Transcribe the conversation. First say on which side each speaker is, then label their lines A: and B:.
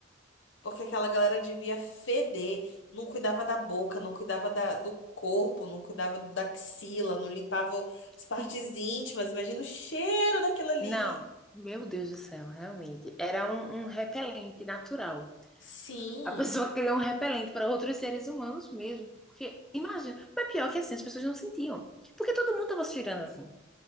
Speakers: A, on the left (about 65°); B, in the centre.
A: Porque aquela galera devia feder, não cuidava da boca, não cuidava da- do corpo, não cuidava da axila, não limpava as partes
B: sim.
A: íntimas. Imagina o cheiro daquilo ali.
B: Não, meu Deus do céu, realmente. Era um, um repelente natural.
A: Sim,
B: A pessoa <laughs> criou um repelente para outros seres humanos mesmo. Porque, imagina, mas pior que assim, as pessoas não sentiam. Porque todo mundo estava se cheirando assim.